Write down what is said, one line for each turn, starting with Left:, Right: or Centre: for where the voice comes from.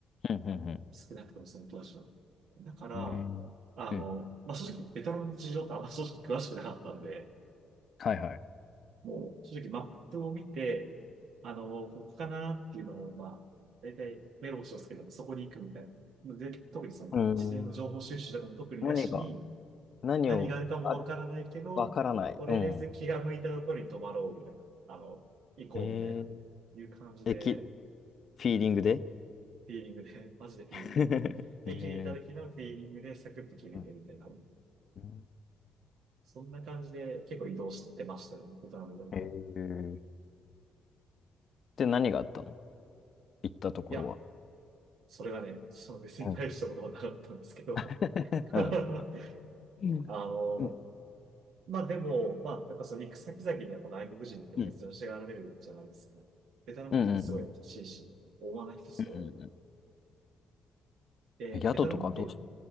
Left: うんうん
Right: 少なくともその当時は。だから、
Left: うんうん。
Right: あの、
Left: うん。
Right: まあ、正直、ベトナムの事情ってあんま正直詳しくなかったんで、
Left: はいはい。
Right: もう正直マップを見て、あの、ここかなっていうのを、まあ、大体メモしますけど、そこに行くみたいな。で、特にその、
Left: うーん。
Right: 事前の情報収集でも特になしに、
Left: ん何が、何を、
Right: 何があるかもわからないけど、
Left: あ、わからない。
Right: とりあえず気が向いたところに泊まろうみたいな、
Left: うん。
Right: あの、行こうみたいな、
Left: えー、
Right: いう感じで、
Left: え、き、フィーリングで
Right: フィーリングで、<laughs> マジでフィーリングで、
Left: <laughs>
Right: 駅にいた時のフィーリングでサクッと決めてみたいな、
Left: えー、うん。うん
Right: そんな感じで結構移動してましたね、ベトナムにいた時は。
Left: えー、
Right: い
Left: で、何があったの行ったところは。
Right: や、それがね、その別に大したことはなかったんですけど。
Left: うん。<laughs>
Right: <laughs>
Left: うん。
Right: あの、
Left: うん
Right: まあでも、まあやっぱその行く先々でやっぱ外国人って珍しがられるじゃないですか。
Left: うん。
Right: ベトナムの人ってすごい優しいし、
Left: うんうんうん。
Right: 大間な人すごい多いから
Left: うんうん
Right: で、
Left: え宿とかどうして
Right: ベトナムって